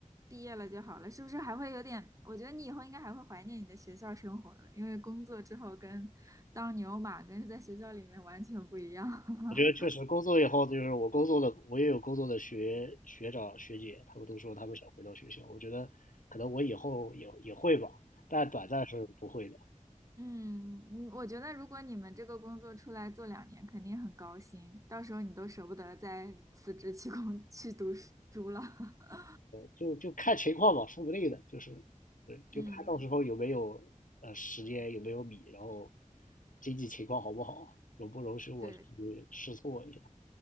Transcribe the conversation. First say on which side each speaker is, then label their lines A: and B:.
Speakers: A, on the right (about 25°); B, on the left (about 80°).
A: 毕业了就好了，是不是还会有点？我觉得你以后应该还会怀念你的学校生活的，因为工作之后跟当牛马跟在学校里面完全不一样。<laughs>
B: 我觉得确实工作以后，就是我工作的，我也有工作的学学长学姐，他们都说他们想回到学校，我觉得可能我以后也也会吧，但短暂是不会的，
A: 嗯，嗯我觉得如果你们这个工作出来做两年，肯定很高薪，到时候你都舍不得再辞职去工去读书了。<laughs>
B: 就就看情况吧，说不定的，就是对，就看到时候有没有呃时间，
A: 嗯，
B: 有没有米，然后经济情况好不好，容不容许我去试错一下。
A: 对。